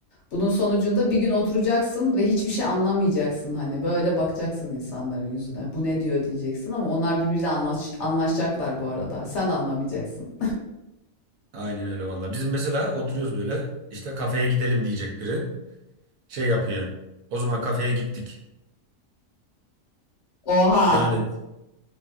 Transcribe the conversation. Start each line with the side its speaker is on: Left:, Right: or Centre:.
Left: bunun sonucunda bir gün oturacaksın ve hiçbir şey anlamayacaksın hani böyle bakacaksın insanların yüzüne bu ne diyor diyeceksin ama onlar birbiriyle anlaş anlaşacaklar bu arada sen anlamayacaksın.
Right: Aynen öyle valla. Bizim mesela oturuyoruz böyle işte kafeye gidelim diyecek biri. Şey yapıyor. O zaman kafeye gittik.
Left: <laughs> Oha
Right: Yani